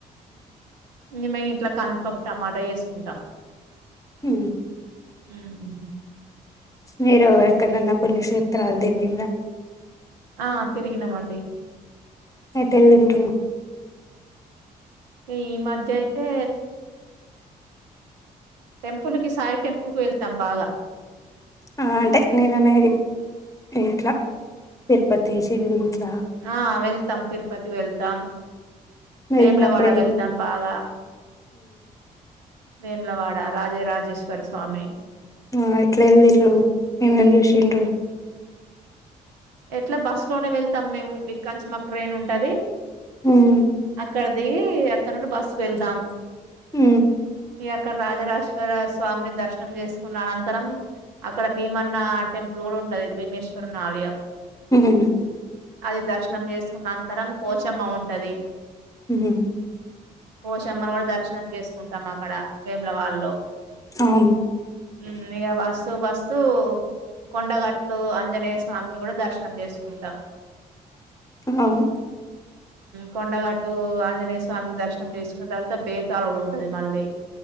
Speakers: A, on the right (about 80°); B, on the left (about 15°).
A: మ మేము ఇంట్లా కందిపప్పు టమాటా వేసుకుంటాం
B: హ
A: మ్మ్
B: సరు ఎక్క నాన్న పుణ్యక్షేత్రాలు దవి
A: ఆ తిరిగినమండి
B: ఏ తెల్ండు
A: ఈ ఈ మధ్య అయితే టెంపుల్ క సాయి టెంపుల్ కు వెళ్తాం బాగా
B: ఆ అంటే నేను అనేది ఎట్లా తిరుపతి లిట్లా
A: ఆ వెళ్తాం తిరుపతి వెళ్తాం
B: వెలినప్పుడే
A: వేములవాడ వెళ్తాం బాగా మేములవాడ రాజేరాజేశ్వర స్వామి
B: ఆ ఇట్లా వెల్దిరు ఏమేం చూషన
A: ఎట్లా బస్సు లోనే వెళ్తాం మేము ఇ కొంచెం మాకు ట్రైన్ ఉంటది
B: ఉమ్
A: అక్కడ దిగి అక్కడ నుండి బస్సు వెళదాం
B: అ
A: ఈ అక్కడ రాజరాశ్వర స్వామిని దర్శనం చేసుకున్న అనంతరం అక్కడ భీమన్న టెంపుల్ కూడా ఉంటది భీమేశ్వర ఆలయం
B: మ్మ్
A: అది దర్శనం చేసుకున్న అంతరం పోచమ్మ ఉంటది
B: హ
A: ఓషమ్మని కూడా దర్శనం చేసుకుంటాం అక్కడ వేముల వాళ్ళు
B: అవును
A: అ ఏ బస్ స్తూ వస్తూ కొండగట్లు ఆంజనేయ స్వామిని కూడా దర్శ ప్రం చేసుకుంటాం
B: అవు
A: కొండగట్టు ఆంజనేయ స్వామి దర్శనం చేసుకున్న తర్వాత బేతాళుడు ఉంటది మళ్ళీ